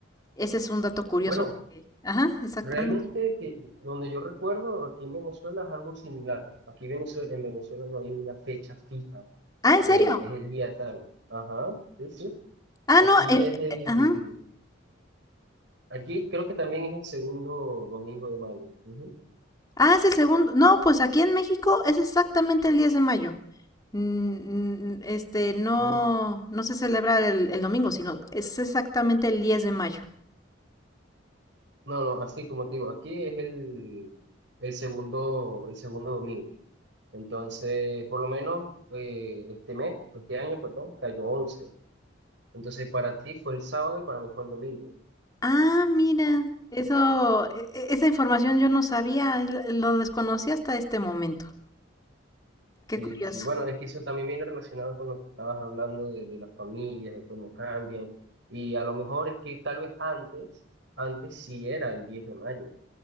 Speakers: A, on the left (about 20°); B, on the right (about 65°).
A: Ese es un dato curioso.
B: Bueno,
A: que- Ajá, exactamente.
B: realmente que donde yo recuerdo, aquí en Venezuela es algo similar. Aquí Venezue- en Venezuela no hay una fecha fija
A: Ah, ¿en
B: de
A: serio?
B: es el día tal. Ajá, sí, sí.
A: Ah,
B: Aquí
A: no, eh,
B: es el,
A: eh, ajá.
B: aquí creo que también es el segundo domingo de mayo. Ujú.
A: Ah, es el segundo. No, pues aquí en México es exactamente el 10 de mayo. Mm, mm, Este, no,
B: Ajá.
A: no se celebra el, el domingo, sino es exactamente el 10 de mayo.
B: No, no, así como te digo, aquí es el, el segundo, el segundo domingo. Entonces, por lo menos eh, este mes, este año, perdón, cayó once Entonces, para ti fue el sábado y para mí fue el domingo.
A: Ah, mira, eso, e- e- esa información yo no sabía, es la- lo desconocí hasta este momento. Qué
B: Sí,
A: curioso.
B: sí, bueno, es que eso también viene relacionado con lo que estabas hablando de, de las familias, de cómo cambian. Y a lo mejor es que tal vez antes, antes sí era el 10 de mayo.